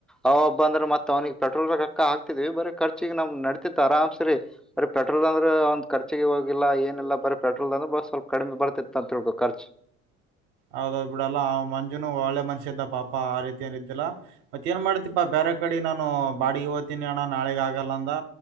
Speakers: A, in the centre; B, on the right (about 60°).
A: ಅವ ಒಬ್ಬ ಅಂದ್ರೆ ಮತ್ ಅವನಿಗೆ ಪೆಟ್ರೋಲ್ ಕಕ್ಕ ಹಾಕ್ತಿದ್ವಿ ಬರೀ ಖರ್ಚಿಗೆ ನ ನಡತಿತ್ತು ಆರಾಮ್ ಸರಿ ಬರಿ ಪೆಟ್ರೋಲ್ ಅಂದ್ರೆ ಒಂದು ಖರ್ಚಿಗೆ ಹೋಗಿಲ್ಲ ಏನಿಲ್ಲ ಬರೀ ಪೆಟ್ರೋಲ್ ಅಂದ್ರೆ ಬ ಸ್ವಲ್ ಕಡೆ ಬರ್ತ ತಂತ್ರತ್ರ ಕ ರ್ಚ
B: ಹೌದೌದ್ ಬಿಡಲ್ಲ ಅವ ಮಂಜುನು ಒಳ್ಳೆ ಮನಷ್ಯ ಇದಪ್ಪ ಪಾಪಾ ಆ ರೀತಿ ಏನ ಇದಿದ್ದಿಲ್ಲ ಮತ್ತತ್ ಏನ್ ಮಾಡ್ತಿಪಾ ಬೇರೆ ಕಡೆ ನಾನು ಬಾಡಿಗೆ ಹಓ್ತೀನಿ ಅಣ್ಣ ನಾಳೆಗ ಆಗಲ್ಲ